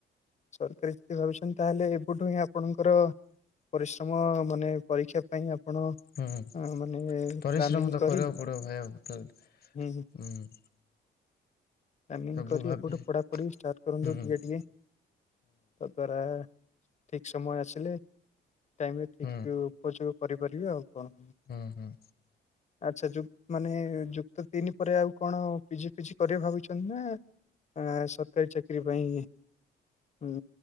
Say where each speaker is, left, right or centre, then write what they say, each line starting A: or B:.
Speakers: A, on the left; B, on the left.
A: ସରକାର ଯଦି ଭାବୁଛନ୍ତି ତାହେଲେ ଏବଠୁ ହିଁ ଆପଣଙ୍କର ପରିଶ୍ରମ ମାନେ ପରୀକ୍ଷା ପାଇଁ ଆପଣ
B: ହୁଁ
A: ମାନେ
B: ପରିଶ୍ରମ
A: ପ୍ଲାନିଂ
B: ତ
A: କରି
B: କରିବାକୁ ପଡ଼ିବ ଭାଇଉ
A: ହୁଁ
B: ହୁଁ।
A: ପ୍ଲାନିଙ୍ଗି
B: ସବୁ
A: କରି
B: ଭାବି
A: ଏଠୁ ପଢ଼ାପଢ଼ି ଷ୍ଟାର୍ଟ କରନ୍ତୁ
B: ହୁଁ ହୁଁ
A: ଟିକେ ଟିକେ। <unintelligible> ଠିକ ସମୟ ଆସିଲେ ଟାଇମରେ ଠିକ
B: ହୁଁ
A: ଉପଯୋଗ କରିପାରିବେ ଆଉ କଣ।
B: ହୁଁ ହୁଁ।
A: ଆଚ୍ଛା ଯୁକ୍ ମାନେ ଯୁକ୍ତ ତିନି ପରେ ଆଉ କଣ ପିଜି ଫିଜି କରିବେ ଭାବିଛନ୍ତି ନା? ଆ ସରକାରୀ ଚାକିରିୀ ପାଇଁଁ ହିଁ